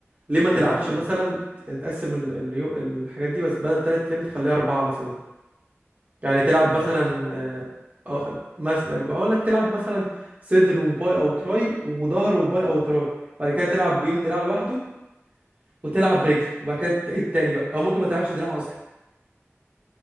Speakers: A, on the right; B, on the right.
A: ليه ما تلعبش
B: نظام ايه
A: مثلا
B: ده
A: تقسم ال- اليو... الحاجات دي بس بدل تلات ايام تخليها اربعه مثلا يعني تلعب مثلا
B: ابر لور
A: اه آه، مثلا بقول لك تلعب مثلا صدر وباي او تراي وظهر وباي او تراي وبعد كده تلعب يوم دراع لوحده وتلعب رجل وبعد كده تعيد تاني بقى او ممكن ما تلعبش دراع اصلا